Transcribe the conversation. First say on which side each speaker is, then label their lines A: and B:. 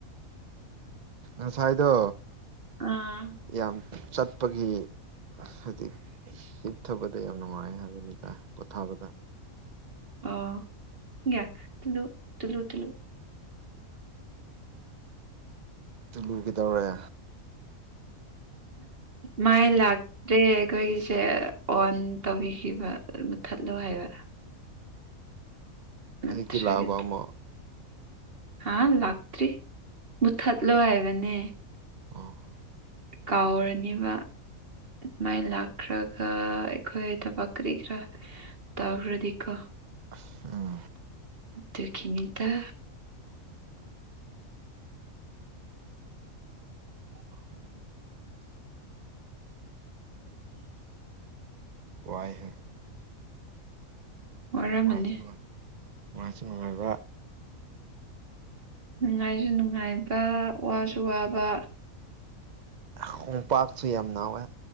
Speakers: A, on the right (about 65°); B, on the right (about 45°).
A: ꯑ ꯁꯥꯏꯗꯣ
B: ꯑꯥ
A: ꯌꯥꯝ ꯆꯠꯄꯒꯤ ꯍꯥꯏꯗꯤ ꯍꯤꯞꯊꯕꯗ ꯌꯥꯝ ꯅꯨꯡꯉꯥꯏ ꯍꯥꯏꯕꯅꯤ ꯇꯥꯏ ꯄꯣꯊꯥꯕꯗ
B: ꯑꯣꯌꯥ ꯇꯂꯨ ꯇꯂꯨ ꯇꯂꯨ
A: ꯇꯨꯂꯨꯒꯦꯗꯧꯔꯦ
B: ꯃꯥꯏ ꯂꯥꯛ ꯗꯦ ꯑꯩꯈꯣꯏꯒꯤꯁꯦ ꯑꯣꯟ ꯇꯧꯕꯤꯈꯤꯕ ꯃꯨꯊꯠꯂꯣ ꯍꯥꯏꯕ ꯅꯠꯇ꯭ꯔꯒꯗꯤ
A: ꯑꯒꯤ ꯂ ꯑꯃ
B: ꯍꯥ ꯂꯥꯛꯇ꯭ꯔꯤ ꯃꯨꯊꯠꯂꯣ ꯍꯥꯏꯕꯅꯦ
A: ꯑꯣ
B: ꯀꯥꯎꯔꯅꯦꯕ ꯑꯗꯨꯃꯥꯏꯅ ꯂꯥꯛꯈ꯭ꯔꯒ ꯑꯩꯈꯣꯏ ꯊꯕꯛ ꯀꯔꯤ ꯈꯔ ꯇꯥꯈ꯭ꯔꯗꯤꯀ
A: ꯎꯝ
B: ꯇꯣ ꯒꯤꯅꯤ ꯇ
A: <unintelligible> ꯋꯥꯏ ꯍ
B: ꯋꯥꯔꯝꯃꯅꯤ
A: ꯃꯥꯁ ꯃꯅꯨꯡꯉ ꯃꯥꯁꯅꯅꯨꯡꯉꯥꯏꯕ
B: ꯅꯨꯡꯉꯥꯏꯁꯨ ꯅꯨꯡꯉꯥꯏꯕ ꯋꯥꯁꯨ ꯋꯥꯕ
A: ꯈꯣꯡꯄꯥꯛꯁꯨ ꯌꯥꯝ ꯅꯥꯎꯋꯏ